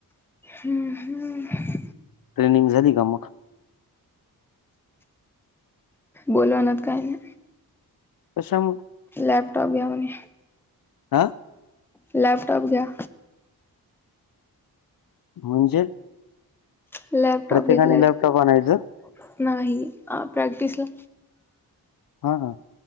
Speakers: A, in the centre; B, on the left.
A: हम्म हम्म.
B: ट्रेनिंग झाली का मग?
A: बोलवानात काय नई
B: अशा मग.
A: लॅपटॉप घ्या म्हणे.
B: अं?
A: लॅपटॉप घ्या.
B: म्हणजे.
A: लॅपटॉप
B: प्रत्येकाने
A: घेतल्यात
B: लॅपटॉप
A: की
B: आणायचं
A: नाही अ प्रॅक्टिसला.
B: हा हा.